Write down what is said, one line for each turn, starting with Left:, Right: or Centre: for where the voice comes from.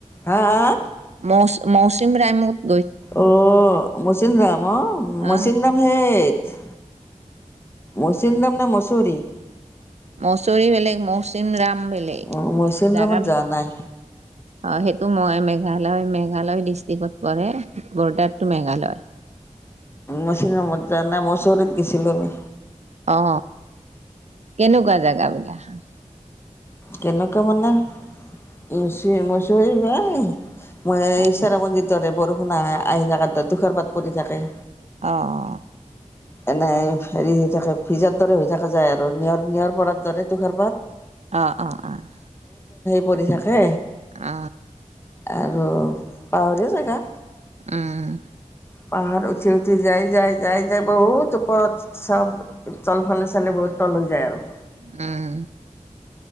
Left: হা - হা
Right: মৌচ- মৌচিমৰামত?
Left: অহ'মচিন ৰাম অহ মচিনৰাম
Right: অ
Left: সেইত মৌচিমৰাম নে মছৰি?
Right: মচৰি বেলেগ মৌচিম ৰাম বেলেগ
Left: অ' মৌচিনৰামত
Right: জাগা
Left: যোৱা নাই
Right: অ', সেইটো মই মেঘালয় মে মেঘালয় ডিষ্ট্ৰিক্টত পৰে বৰ্ডাৰ টু মেঘালয়।
Left: মচিন ৰামত যা নাই মচৰিত গেছিলো আমি।
Right: অ কেনেকুৱা জাগাবিলাখান?
Left: কেনেকুৱা মানে মচুৰি <unintelligible> মই
Right: অ
Left: চেৰাপুঞ্জিত যাওঁতে বৰষুণ আহা আহি থাকোঁতে তুখাৰপাত পৰি থাকে।
Right: অ', - অ',
Left: এনেই হেৰি হৈ থাকে ভিজাৰ দৰে হৈ থাকে যায় আৰু নিয়ৰ -নিয়ৰ পৰাৰ দৰে তোখাৰ পাত।
Right: অ', - অ', - অ',
Left: পৰি থাকে।
Right: আ
Left: আৰু পাহাৰিয়া জেগা
Right: উম
Left: পাহাৰ উঠি -উঠি, যাই -যাই -যাই -যাই বহুত ওপৰত চব তলফালে চালে বহুত তল হৈ যায় আৰু
Right: উম